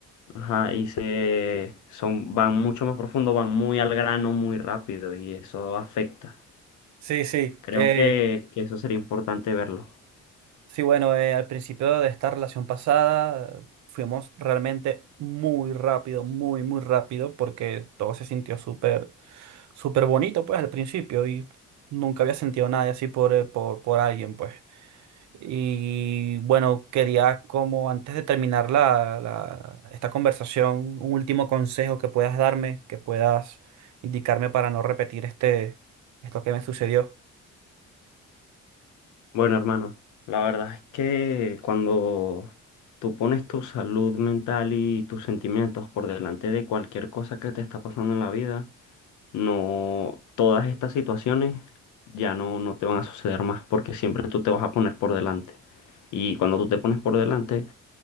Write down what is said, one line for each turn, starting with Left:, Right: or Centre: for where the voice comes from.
Left: Ajá, y se son, van mucho más profundo, van muy al grano, muy rápido, y eso afecta.
Right: Sí, sí,
Left: Creo
Right: que...
Left: que, que eso sería importante verlo.
Right: Sí, bueno, eh, al principio de esta relación pasada eh, fuimos realmente muy rápido, muy, muy rápido, porque todo se sintió súper, súper bonito, pues, al principio, y nunca había sentido nada así por, eh, por, por alguien, pues. Y bueno, quería como antes de terminar la, la- esta conversación, un último consejo que puedas darme, que puedas indicarme para no repetir este, esto que me sucedió.
Left: Bueno, hermano, la verdad es que cuando tú pones tu salud mental y tus sentimientos por delante de cualquier cosa que te está pasando en la vida, no, todas estas situaciones ya no, no te van a suceder más, porque siempre tú te vas a poner por delante. Y cuando tú te pones por delante,